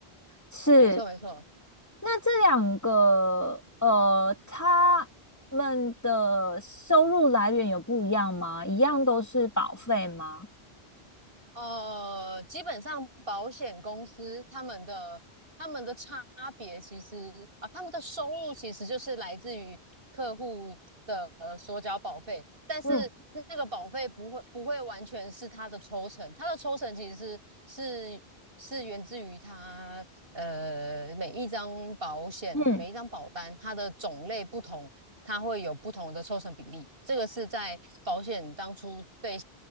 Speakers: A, on the left; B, on the right.
A: 是。
B: 没错，没错。
A: 那这两个，呃，他们的收入来源有不一样吗？一样都是保费吗？
B: 呃，基本上保险公司他们的他们的差别其实啊，他们的收入其实就是来自于客户的呃所缴保费，但是那个保费不会不会完全是他的抽成，
A: 嗯
B: 他的抽成其实是是是源自于他呃，每一张保险、
A: 嗯，
B: 每一张保单，它的种类不同，它会有不同的抽成比例。这个是在保险当初被